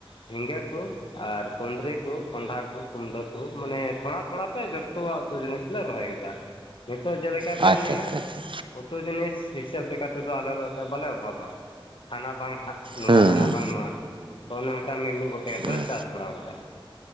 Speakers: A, on the left; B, on the right.
A: ᱡᱷᱤᱸᱜᱟᱹ ᱠᱩ ᱟᱨ ᱠᱩᱸᱫᱽᱨᱤ ᱠᱩ ᱠᱚᱸᱰᱷᱟ ᱠᱚ ᱠᱩᱢᱰᱟᱹ ᱠᱚ ᱢᱟᱱᱮ ᱛᱷᱚᱲᱟ ᱛᱷᱚᱲᱟ ᱡᱚᱛᱚᱣᱟᱜ ᱩᱛᱩ ᱡᱤᱱᱤᱥ ᱞᱮ ᱨᱚᱦᱚᱭ ᱠᱮᱫᱟ ᱡᱷᱚ ᱛᱚ ᱡᱮᱞᱮᱠᱟ
B: ᱟᱪᱪᱷᱟ
A: ᱵᱮᱱ ᱢᱮᱱᱟ
B: ᱟᱪᱪᱷᱟ ᱟᱪᱪᱷᱟ
A: ᱩᱛᱩ ᱡᱤᱱᱤᱥ ᱦᱤᱥᱟᱹᱵ ᱞᱮᱠᱟ ᱛᱮᱫᱚ ᱟᱞᱮ ᱫᱚ ᱛᱚᱵᱟᱞᱮ ᱚᱵᱷᱟᱵᱟ ᱦᱟᱱᱟ ᱵᱟᱝ ᱦᱟᱸᱜ ᱱᱚᱣᱟ
B: ᱦᱮᱸ
A: ᱦᱟᱱᱟ
B: ᱦᱮᱸ
A: ᱵᱟᱝ ᱱᱚᱣᱟ ᱚᱱᱮ ᱚᱝᱠᱟ ᱢᱤᱢᱤᱫ ᱜᱚᱴᱮᱡ ᱟᱛᱮ
B: ᱦᱮᱸ
A: ᱪᱟᱥ ᱵᱟᱲᱟ ᱠᱟᱣᱫᱟ